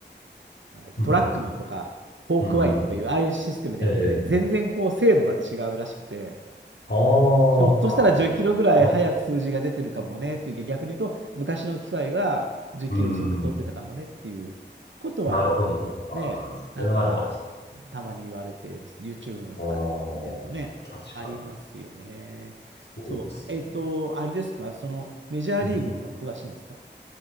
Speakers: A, on the right; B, on the left.
A: なんだっけ、
B: うん、
A: トラックマンとか、フォークワイとかいう、
B: うん、うん、うん。うん
A: ああいうシステムであるので、
B: ええ。
A: 全然こう、精度が違うらしくて、
B: ああ、
A: ひょっとしたら10キロぐらい早く数字が出てるかもねっていう逆に言うと、
B: ああ、だ
A: 昔の機械が10キロ遅く取ってたかもねっていうことは、
B: うん。なるほど。ああ、
A: ね、
B: それはあるかもしれないですね。
A: なんか、たまに言われています。YouTube なんかで見てるとね、
B: ああ、確かに。
A: ありますよね。
B: そうですね。
A: そう、えっと、あれですか、そのメジャーリーグの方が詳しいんですか
B: うん。